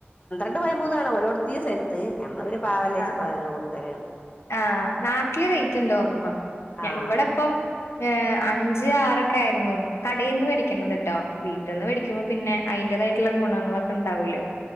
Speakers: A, on the left (about 30°); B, on the left (about 85°).
A: ണ്ട് പതിമൂന്ന് ആണ്‌ ഓരോത്ത് സ്ഥലത്ത് ഞമ്മള് പാവലേച്ചു
B: ആഹ്
A: പതിനൊന്ന് കൊടു <unintelligible>
B: ആഹ് നാട്ടില് റേറ്റ് ണ്ട്ന്ന്തോന്നന്നു.
A: ആഹ്
B: ഇവിടെപ്പം ഏഹ് അഞ്ച് ആറൊക്കെ ആയിരുന്നു. കടയിൽന്ന് വേടിക്കണത് കേട്ടോ. വീട്ടിൽന്ന് മേടിക്കുമ്പോ പിന്നെ അതിന്റേതായിട്ടുള്ള ഗുണങ്ങളൊക്കെ ഉണ്ടാവൂല്ലോ.